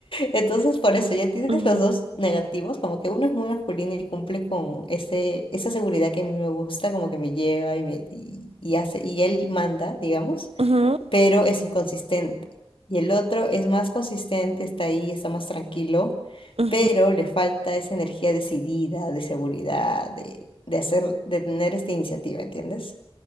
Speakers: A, on the left; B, on the right.
A: Entonces, por eso ya tienes
B: ujú,
A: los dos negativos, como que uno es muy masculino y cumple con ese, esa seguridad que a mí me gusta, como que me lleva y me y, y hace, y él manda, digamos
B: ujú,
A: pero es inconsistente. Y el otro es más consistente, está ahí, está más tranquilo,
B: ujú.
A: pero le falta esa energía decidida, de seguridad, de, de hacer, de tener esta iniciativa, ¿entiendes?